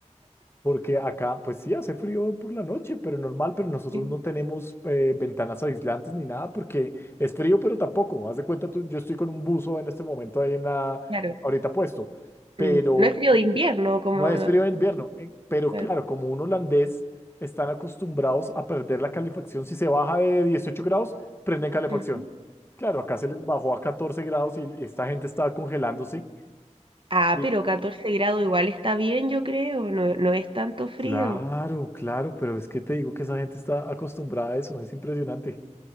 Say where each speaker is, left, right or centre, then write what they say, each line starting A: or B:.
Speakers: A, on the left; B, on the right.
A: Porque acá, pues sí, hace frío por la noche, pero normal, pero nosotros
B: Mm,
A: no tenemos eh, ventanas aislantes ni nada porque es frío, pero tampoco. Haz de cuenta tú, yo estoy con un buzo en este momento ahí en la,
B: <laughs> Claro.
A: ahorita puesto, pero
B: Mm. No es frío de invierno como...
A: no es
B: la-
A: frío en invierno, eh, pero
B: claro.
A: claro, como un holandés están acostumbrados a perder la calefacción. Si se baja de 18 grados, prenden calefacción.
B: Ujú.
A: Claro, acá se les bajó a 14 grados y esta gente estaba congelándose.
B: Ah,
A: Y-
B: pero 14 grados igual está bien, yo creo. No, no es tanto frío.
A: Claro, claro, pero es que te digo que esa gente está acostumbrada a eso, es impresionante.